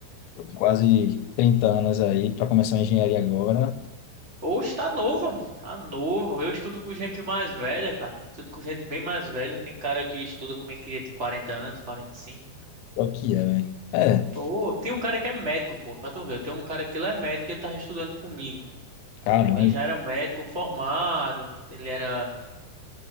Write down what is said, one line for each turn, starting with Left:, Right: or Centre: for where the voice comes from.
Left: Tô com Quase 30 anos aí, para começar uma engenharia agora,
Right: Oxe, tá novo, tá novo. Eu estudo com gente mais velha, cara. Estudo com gente bem mais velha. Tem cara que estuda comigo que tem 40 anos, quarenta e cinco
Left: o que é, velho? É,
Right: Pô, tem um cara que é médico, pô, pra tu ver. Eu tenho um cara que ele é médico e ele tava estudando comigo, pô.
Left: caramba.
Right: Tipo, ele já era médico formado, ele era,